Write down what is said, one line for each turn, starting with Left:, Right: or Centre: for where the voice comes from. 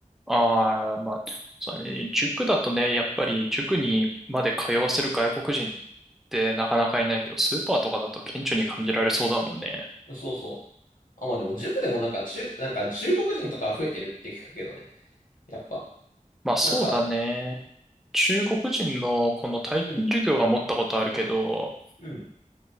Centre: ああ、まあ、そうだね。塾だとね、やっぱり塾にまで通わせる外国人ってなかなかいないけど、スーパーとかだと顕著に感じられそうだもんね。
Left: そうそう。あ、まあでも塾でもなんか中、なんか中国人とか増えてるって聞くけどね。やっぱ、
Centre: まあそうだね。
Left: なんか、
Centre: 中国人のこの体験授業は持ったことあるけど、
Left: うん、うん。